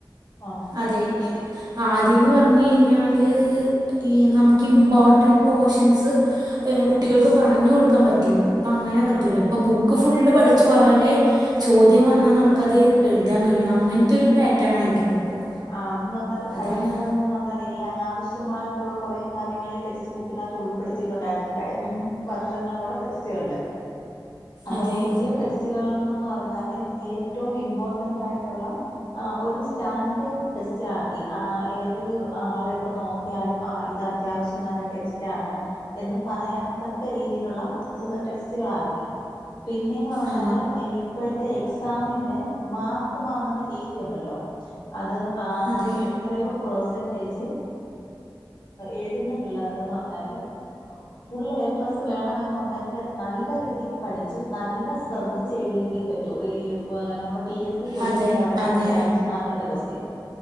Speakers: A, on the left (about 65°); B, on the right (about 55°).
A: ആ
B: അതെ ആദ്യംന്ന് പറഞ്ഞ് കഴിഞ്ഞാൽ ഈ നമുക്ക് ഇമ്പോർട്ടൻറ് പോർഷൻസ് കുട്ടികൾക്ക് പറഞ്ഞു കൊടുക്കാൻ പറ്റിരുന്നു പ്പ അങ്ങനെ പറ്റൂല
A: ആ
B: ഇപ്പൊ ബുക്ക് ഫുള്ള് പഠിച്ചു പോയാലേ ചോദ്യം വന്നാൽ നമുക്ക് ക്കത് എഴുതാൻ കഴിയും അങ്ങനത്ത ഒരു പാറ്റേൺ ആയിട്ടുണ്ട് ഇപ്പോൾ
A: ആദ്ന്ന്റഞ്ഞാല് കഴിഞ്ഞ
B: അതാണ്
A: പ്രാവശ്യംന്ന് പറഞ്ഞാല് ഈ അനാവശ്യ ശ്യമായിട്ടുള്ള കുറേകാര്യങ്ങൾ ഈ ടെക്സ്റ്റ് ബുക്കിനകത്ത് ഉൾപ്പെടുത്തിയിട്ടുണ്ടായിരുന്ന് കഴിമുമ്പ് വർഷങ്ങളിലുള്ള ടെക്സ്റ്റുകളില് അപ്പം
B: അതെ
A: പുതിയ ടെക്സ്റ്റ് റ്റ്കളന്ന് പറഞ്ഞാല് ഏറ്റവും ഇമ്പോർട്ടന്റ് ആയിട്ടുള്ള ഒരു സ്റ്റാൻ ഡേഡ് ടെസ്റ്റ് ആക്കി, ആ ഏതൊരു ആള് എടുത്ത് നോക്കിയാലും ആഹ് ഇത് അത്യാവശ്യം നല്ല ടെക്സ്റ്റ് റ്റാണ് എന്ന് പറയത്തക്ക രീതിയിലുള്ള ടെക്സ്റ്റുകളാക്കി പിന്നെന്ന് പറഞ്ഞാല്
B: ആ
A: എ ഇപ്പോഴത്തെ എക്സാമിന് മാർക്ക് വാങ്ങുന്ന രീതിയുണ്ടല്ലോ അത് ആ
B: അതെ
A: എ എത്രയോ പേർസെന്റേജ് എഴുതുന്ന പിള്ളേർക്കന്ന് പറഞ്ഞാല് ഫുൾ എ പ്ലസ് വേണമെന്നുണ്ടെങ്കില് നല്ല രീതിക്ക് പഠിച്ച് നല്ല ശ്രദ്ധിച്ചെഴ്തിയെങ്കിലേ പറ്റൂ റ്റൂ. ഇ വ് നമ്മള് പി എസ് സി ക്വസ്റ്റ്യൻ
B: അതെ
A: മോഡൽ ആക്കി,
B: അതെ
A: അവരഞ്ച് മാർക്ക് ത്തിന്റെ ക്സ്റ്റ്യൻ,